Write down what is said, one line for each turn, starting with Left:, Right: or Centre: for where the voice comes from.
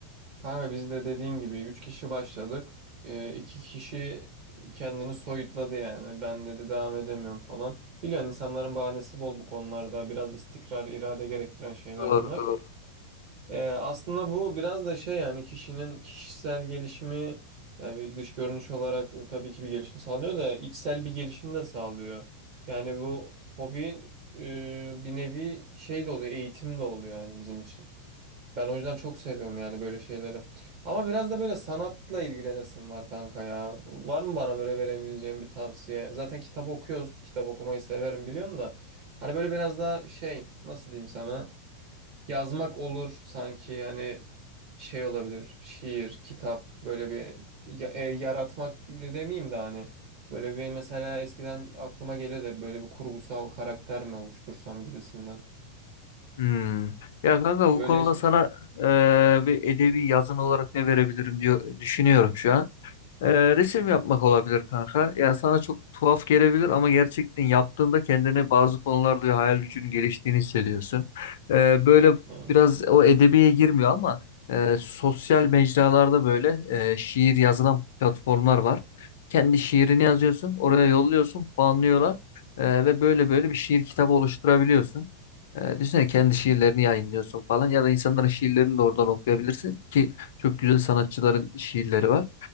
Right: Kanka biz de dediğin gibi 3 kişi başladık. Ee, 2 kişi kendini soyutladı yani. Ben dedi devam edemiyorum falan. Biliyorsun insanların bahanesi bol bu konularda. Biraz istikrar, irade gerektiren şeyler
Left: Doğru
Right: bunlar.
Left: doğru.
Right: Ee, aslında bu biraz da şey yani kişinin kişisel gelişimi yani bir dış görünüş olarak tabii ki bir gelişim sağlıyor da içsel bir gelişim de sağlıyor. Yani bu hobi e, bir nevi şey de oluyor, eğitim de oluyor yani bizim için. Ben o yüzden çok seviyorum yani böyle şeyleri. Ama biraz da böyle sanatla ilgilenesim var kanka ya. Var mı bana böyle verebileceğim bir tavsiye? Zaten kitap okuyoruz. Kitap okumayı severim biliyorsun da. Hani böyle biraz daha şey nasıl diyeyim sana? Yazmak olur sanki hani şey olabilir. Şiir, kitap böyle bir ya- e, yaratmak de demeyeyim de hani. Böyle bir mesela eskiden aklıma geliyor da böyle bir kurgusal karakter mi oluştursam gibisinden.
Left: Hmm. Ya kanka
Right: Böyle
Left: bu konuda
Right: şey...
Left: sana e, bir edebi yazın olarak ne verebilirim diyor düşünüyorum şu an. Ee, resim yapmak olabilir kanka. Ya sana çok tuhaf gelebilir ama gerçekten yaptığında kendine bazı konularda hayal gücünün geliştiğini hissediyorsun. Ee, böyle
Right: Hı.
Left: biraz o edebiye girmiyor ama e, sosyal mecralarda böyle e, şiir yazılan platformlar var. Kendi şiirini yazıyorsun, oraya yolluyorsun, puanlıyorlar Ee, ve böyle böyle bir şiir kitabı oluşturabiliyorsun. Ee, düşünsene kendi şiirlerini yayınlıyorsun falan ya da insanların şiirlerini de oradan okuyabilirsin ki çok güzel sanatçıların şiirleri var.